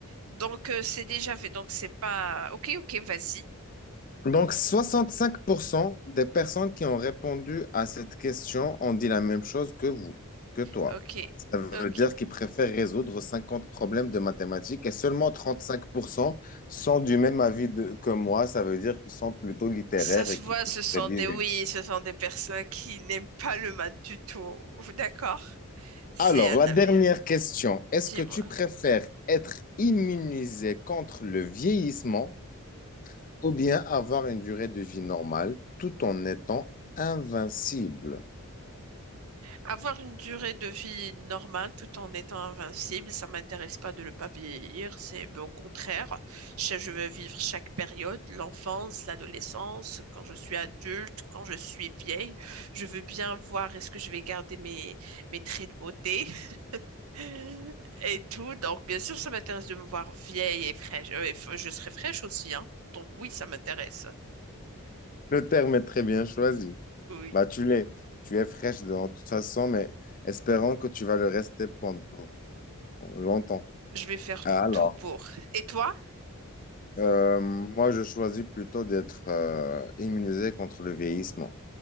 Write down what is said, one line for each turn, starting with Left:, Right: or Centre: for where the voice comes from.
Right: Donc, euh, c'est déjà fait. Donc, c'est pas. Ok, ok, vas-y.
Left: Donc, 65% des personnes qui ont répondu à cette question ont dit la même chose que vous, que toi.
Right: Ok,
Left: Ça veut
Right: ok.
Left: dire qu'ils préfèrent résoudre 50 problèmes de mathématiques et seulement 35% sont du même avis de- que moi. Ça veut dire qu'ils sont plutôt littéraires
Right: Ça se
Left: et
Right: voit,
Left: qu'ils peuvent
Right: ce sont
Left: rédiger.
Right: des. Oui, ce sont des personnes qui n'aiment pas le mat du tout. D'accord? C'est
Left: Alors,
Right: un
Left: la
Right: avis.
Left: dernière question. Est-ce
Right: Dis-moi.
Left: que tu préfères être immunisé contre le vieillissement ou bien avoir une durée de vie normale tout en étant invincible?
Right: Avoir une durée de vie normale tout en étant invincible, ça m'intéresse pas de ne pas vieillir, c'est ben, au contraire, je je veux vivre chaque période, l'enfance, l'adolescence, quand je suis adulte, quand je suis vieille, je veux bien voir est-ce que je vais garder mes, mes traits de beauté <laughs> et tout. Donc bien sûr, ça m'intéresse de me voir vieille et fraîche. Euh, et f- je serai fraîche aussi, hein. Donc oui, ça m'intéresse.
Left: Le terme est très bien choisi.
Right: Oui,
Left: Bah, tu l'es. Tu es fraîche de toute façon, mais espérons que tu vas le rester pendant longtemps.
Right: je vais faire
Left: Alors,
Right: tout pour. Et toi?
Left: euh, moi, je choisis plutôt d'être euh, immunisé contre le vieillissement.